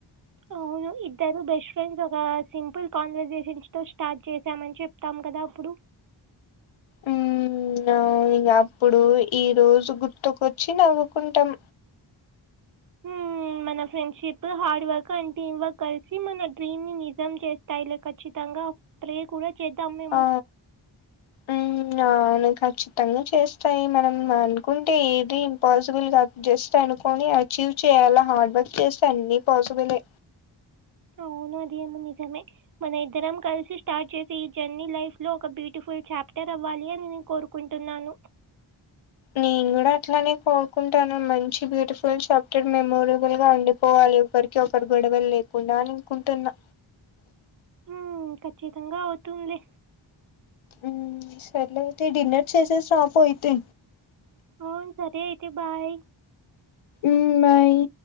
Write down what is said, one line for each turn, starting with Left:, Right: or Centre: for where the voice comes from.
Right: అవును ఇద్ ద్దరు బెస్ట్ ఫ్రెండ్స్ ఒకా సింపుల్ కాన్వర్సేషన్స్ తో స్టార్ట్ చేసామని చెప్తాం కదా అప్పుడు
Left: ఉమ్ అవునింగప్పుడు ఈ రోజు గుర్తుకొచ్చి నవ్వుకుంటాం
Right: హ్మ్ మన friendship hard work and team work కలిసి మన డ్రీమ్ ని నిజం చేస్తాయిలె ఖచ్చితంగా ప్ర్రే కూడా చేద్దాం మేము
Left: ఆ ఉమ్ అవును ఖచ్చితంగ చేస్తాయి మనం అనుకుంటే ఏది ఇంపాసిబుల్ గాద్ జస్ట్ అనుకోని అచీవ్ చేయ్యాలా హార్డ్ వర్క్ చేస్తే అన్ని పాసిబులే
Right: అవునది ఏమో నిజమే మన ఇద్దరం కలిసి స్టార్ట్ చేసే ఈ జర్నీ లైఫ్ లో ఒక బ్యూటిఫుల్ చాప్టర్ అవ్వాలి అని నేను కోరు కుంటున్నాను
Left: నేను గూడ అట్లానే కోరుకుంటాన్నాను మంచి బ్యూటిఫుల్ చప్టర్ మెమోరబుల్ గా ఉండిపోవాలి ఒకరిక్ కి ఒకరి గొడవలు లేకుండానినుకుంటున్నా
Right: ఊమ్ ఖచ్చితంగా అవుతుందిలే
Left: ఉమ్ సర్లే అయితే డిన్నర్ చేసేసి రాపో అయితే
Right: అవును సరే అయితే బాయ్
Left: ఉమ్ బాయ్